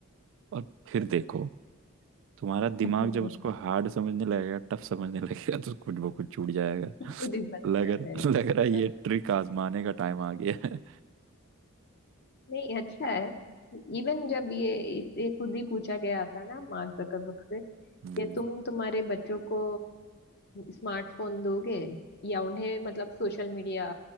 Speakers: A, on the right (about 60°); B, on the left (about 50°).
A: और फिर देखो तुम्हारा दिमाग
B: <laughs>
A: जब उसको हार्ड समझने लगेगा टफ समझने लगेगा तो कुछ वो कुछ छूट जाएगा
B: खुद ही बंद
A: लग
B: कर
A: रहा
B: जाएगा
A: लग रहा है ये ट्रिक आजमाने का टाइम आ गया है
B: नहीं अच्छा है इवन जब ये इससे खुद ही पूछा गया था ना मार्क जकरबर्ग से कि
A: हम्म
B: तुम तुम्हारे बच्चों को स्मार्टफोन दोगे या उन्हें मतलब सोशल मीडिया